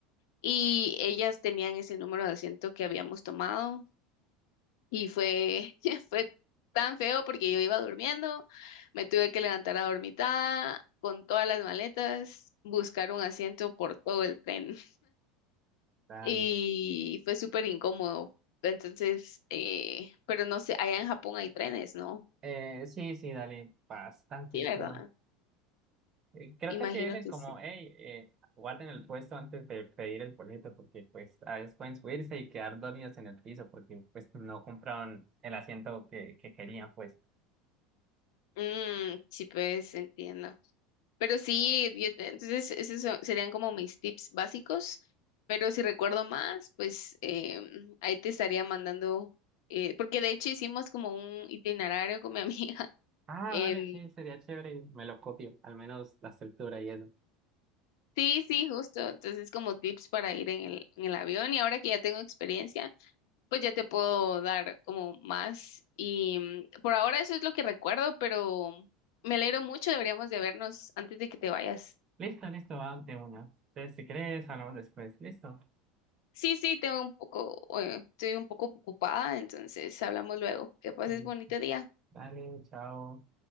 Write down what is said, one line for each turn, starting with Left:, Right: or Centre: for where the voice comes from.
Left: y ellas tenían ese número de asiento que habíamos tomado y fue, <laughs> fue tan feo porque yo iba durmiendo, me tuve que levantar a dormitada con todas las maletas, buscar un asiento por todo el tren <laughs>
Right: Dale.
Left: y fue súper incómodo. Entonces, eh, pero no sé, allá en Japón hay trenes, ¿no?
Right: Eh, sí, sí, dale. Bastantes,
Left: Sí, ¿verdad?
Right: creo. Eh, creo
Left: Imagino
Right: que sí dicen
Left: que
Right: como,
Left: sí.
Right: hey, eh, guarden el puesto antes de pedir el boleto, porque pues a veces pueden subirse y quedar dormidos en el piso, porque pues no compraron el asiento que, que querían, pues.
Left: Mm, sí, pues entiendo. Pero sí, yo te- entonces esos son- serían como mis tips básicos, pero si recuerdo más, pues em, ahí te estaría mandando, eh, porque de hecho hicimos como un itinerario con mi <laughs> amiga.
Right: Ah,
Left: em,
Right: dale, sí, sería chévere. Me lo copio, al menos la estructura y eso.
Left: sí, sí, justo. Entonces como tips para ir en el, en el avión y ahora que ya tengo experiencia, pues ya te puedo dar como más. Y mm, por ahora eso es lo que recuerdo, pero me alegro mucho, deberíamos de vernos antes de que te vayas.
Right: Listo, listo, va de una. Entonces, si querés, hablamos después. Listo.
Left: Sí, sí, tengo un poco, eh, estoy un poco ocupada, entonces hablamos luego. Que pases
Right: Li-
Left: bonito día.
Right: Dale, chao.